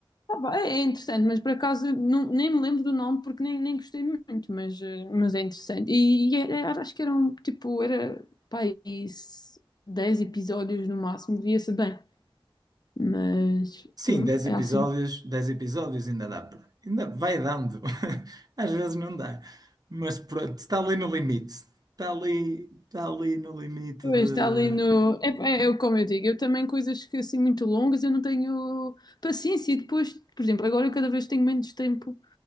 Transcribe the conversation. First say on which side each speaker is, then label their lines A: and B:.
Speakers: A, on the left; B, on the right.
A: Ah, pá, é interessante, mas por acaso não- nem me lembro do nome porque nem, nem gostei muito, mas, eh, mas é interessante. E, e é- é- acho que eram tipo, era pá, isso, 10 episódios no máximo, via-se bem. Mas
B: Sim,
A: pronto,
B: dez episódios,
A: é assim.
B: dez episódios ainda dá para. Ainda vai dando. <laughs> Às vezes não dá. Mas pronto, está ali no limite. Está ali, está ali no limite
A: Pois,
B: de.
A: Está ali no. É, é, é como eu digo, eu também coisas que assim muito longas eu não tenho paciência. E depois, por exemplo, agora eu cada vez tenho menos tempo